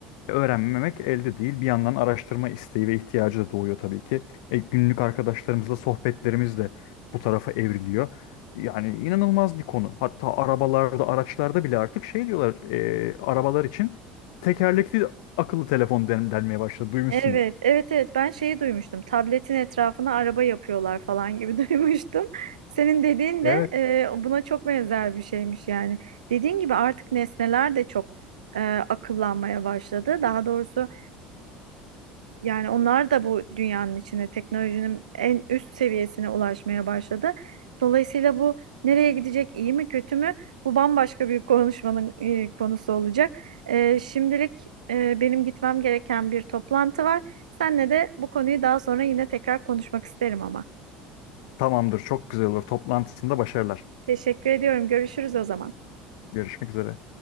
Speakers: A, on the left; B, on the right.
A: öğrenmemek elde değil. Bir yandan araştırma isteği ve ihtiyacı da doğuyor tabii ki. E, günlük arkadaşlarımızla sohbetlerimiz de bu tarafa evriliyor. Yani inanılmaz bir konu. Hatta arabalarda, araçlarda bile artık şey diyorlar, e, arabalar için tekerlekli akıllı telefon den- denmeye başladı. Duymuşsundur.
B: Evet, evet, evet. Ben şeyi duymuştum. Tabletin etrafına araba yapıyorlar falan gibi <laughs> duymuştum. Senin dediğin
A: Evet.
B: de e, buna çok benzer bir şeymiş yani. Dediğin gibi artık nesneler de çok e, akıllanmaya başladı. Daha doğrusu yani onlar da bu dünyanın içine teknolojinin en üst seviyesine ulaşmaya başladı. Dolayısıyla bu nereye gidecek, iyi mi kötü mü? Bu bambaşka bir konuşmanın e, konusu olacak. E, şimdilik e, benim gitmem gereken bir toplantı var. Seninle de bu konuyu daha sonra yine tekrar konuşmak isterim ama.
A: Tamamdır, çok güzel olur. Toplantısında başarılar.
B: Teşekkür ediyorum. Görüşürüz o zaman.
A: Görüşmek üzere.